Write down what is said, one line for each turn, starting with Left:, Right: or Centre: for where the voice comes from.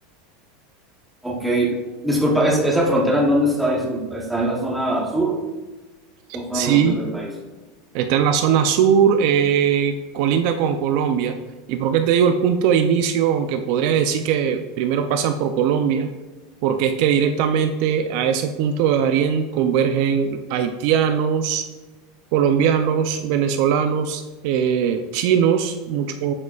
Centre: Ok, disculpa, ¿es- ¿esa frontera en dónde está? Disculpa, ¿está en la zona sur o zona
Right: Sí,
Centre: norte del país?
Right: Está en la zona sur, eh, colinda con Colombia. ¿Y por qué te digo el punto de inicio? Aunque podría decir que primero pasan por Colombia, porque es que directamente a ese punto de Darién convergen haitianos, colombianos, venezolanos, eh, chinos, muchas